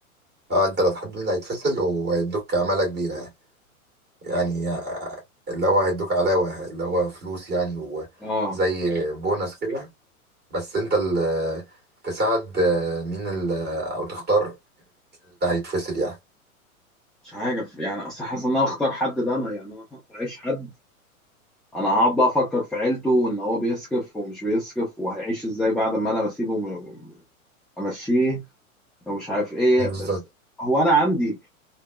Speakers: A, on the right (about 20°); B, in the centre.
A: اه انت اللي هتحدد مين اللي هيتفصل وهيدوك عمالة كبيرة يعني. يعني اللي هو هيدوك علاوة اللي هو فلوس يعني
B: اه
A: وزي بونص كده بس انت اللي تساعد مين اللي او تختار اللي هيتفصل يعني
B: مش عارف يعني اصل حاسس ان انا اختار حد ده انا يعني انا هعيش حد انا هقعد بقى افكر في عيلته وان هو بيصرف ومش بيصرف وهيعيش ازاي بعد ما انا بسيبه وم- امشيه ومش عارف ايه
A: بالظبط
B: بس هو انا عندي